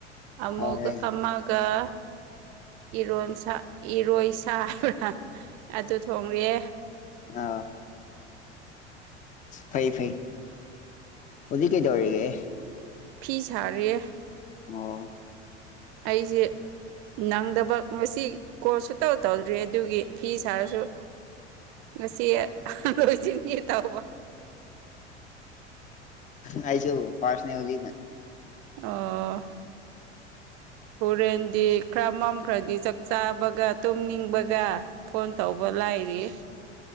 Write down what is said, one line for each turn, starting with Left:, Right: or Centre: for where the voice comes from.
Right: ꯑꯃ
Left: ꯍꯥꯎꯔꯦ
Right: ꯑꯃꯒꯔꯣꯟ ꯏꯔꯣꯏ ꯁꯥꯕ꯭ꯔꯥ ꯑꯗꯨ ꯊꯣꯡꯉꯦ
Left: ꯑ ꯐꯩ ꯐꯩ ꯍꯧꯖꯤ ꯀꯦꯇ ꯋꯥꯒꯦ
Right: ꯐꯤ ꯁꯥꯔꯤꯌꯦ
Left: ꯑꯣ
Right: ꯑꯩꯁꯦ ꯅꯪꯗꯕ ꯉꯁꯤ ꯀꯣ ꯁ ꯇꯧ ꯇꯧꯗ꯭ꯔꯤ ꯑꯗꯨꯒꯤ ꯐꯤ ꯁꯥꯔꯁꯨ <inaudible> ꯉꯁꯤ ꯂꯣꯏꯁꯤꯟꯒꯦ ꯇꯧꯕ
Left: ꯍꯥꯏꯥꯏ ꯆ ꯐꯥꯁꯅꯦ ꯍꯧꯖꯤꯛꯅꯥ
Right: ꯑꯣ ꯍꯣꯔꯦꯟꯗꯤ ꯈꯔ ꯃꯝ ꯈ꯭ꯔꯗꯤ ꯆꯥꯛ ꯆꯥꯕꯒ ꯇꯨꯝꯅꯤꯡꯕꯒ ꯐꯣꯟ ꯇꯧꯕ ꯆꯂꯥꯏꯔꯤ